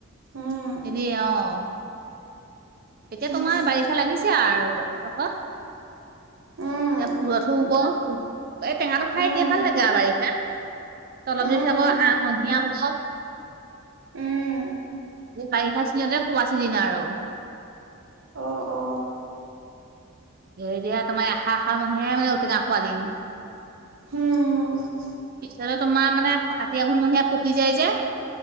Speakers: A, on the right; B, on the right.
A: উম।
B: নিদিয়ে অ'। এতিয়া
A: উম।
B: তোমাৰ বাৰিষা লাগিছো আৰু পথত।
A: উম
B: এতিয়া পুৰঠো হব, এই টেঙাটো খাই
A: উম
B: এতিয়া ভাল লাগে আৰু বাৰিষাত। অলপ
A: উম
B: দেৰি পিছত আকৌ আ ক অধিয়া হব।
A: উম
B: বাৰিষা চিজনতে খুৱা চিজিন আৰু।
A: অ অ
B: এ এতিয়া তোমাৰ এশাশাৰ মহীয়াই মানে ঔটেঙা খোৱা দিন।
A: হম।
B: পিছতে তোমাৰ মানে, কাতি আঘোণ মহীয়া পকি যায় যে।